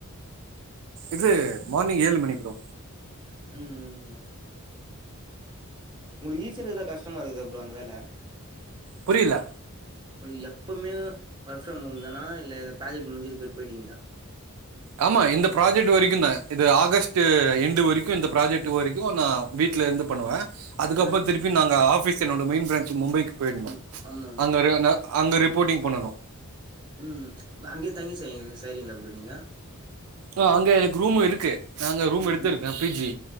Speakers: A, on the right; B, on the right.
A: இது மார்னிங் ஏழு மணி ப்ரோ
B: ம் ம் ம் உங்ளுக் ஈசியா இருக்தா கஷ்டமா இருக்குதுதா ப்ரோ அந்த வேல
A: புரியல
B: அ எப்பமே ஒர்க் ஃப்ரம் ஹோம் தானா இல்ல இந்த ப்ராஜெக்ட் முடிஞ்சுட்டு பேர் போய்டீங்ளா
A: ஆமா இந்த ப்ராஜெக்ட் வரைக்குந்தா இது ஆகஸ்டு எண்ட் வரைக்கு இந்த ப்ராஜெக்ட் வரைக்கு நா வீட்ல இர்ந்து பண்ணுவே அதுக்கப்றோ
B: ம்
A: திருப்பி நாங்க ஆஃபிஸ் என்னோட மெயின் ப்ராஞ்சு மும்பைக்கு போயிட்ணு
B: ம் ஆமா ஆமா
A: அங்க இருகாங்க அங்க ரிப்போட்டிங் பண்ணணு
B: ம்ம் வ அங்கேயே தங்கி செய் செய்ரிங்களா ப்ரோ நீங்க
A: ஆ அங்க எனக்கு ரூம் இருக்கு அங்க ரூம்
B: ம்
A: எடுத்து இருக்கே பி ஜி